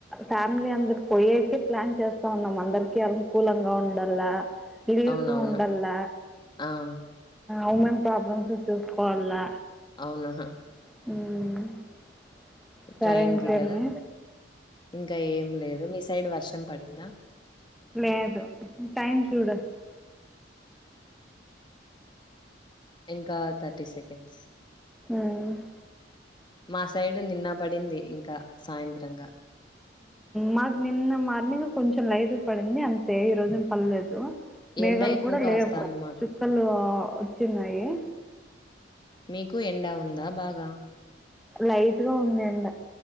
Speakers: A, in the centre; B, on the left.
A: ఫ్యామిలీ అందరూ పోయేకే ప్లాన్ చేస్తా ఉన్నాం. అందరికి అనుకూలంగా ఉండల్ల లీవ్స్
B: అవునవును.
A: ఉండల్ల
B: ఆ!
A: ఉమెన్ ప్రాబ్లమ్స్ చూసుకోవాల
B: అవునా
A: <inaudible> సరే
B: ట్రైన్
A: ఇంకేమి
B: కి కదా ఇంకా ఏం లేదు మీ సైడ్ వర్షం పడిందా
A: లేదు టైం చూడటానికి
B: ఇంకా థర్టీ సెకండ్స్
A: మ్మ్.
B: మా సైడు నిన్న పడింది ఇంకా సాయంత్రంగా
A: మాకు నిన్న మార్నింగ్ కొంచెం లైట్ పడింది అంతే ఈరోజు పడలేదు. మేఘాలు
B: ఎండ ఎక్కువ
A: కూడా
B: కాస్తాంది
A: లేవు.
B: మాకు
A: చుక్కలు వచ్చినయి.
B: మీకు ఎండా ఉందా బాగా?
A: లైట్ గా ఉంది ఎండ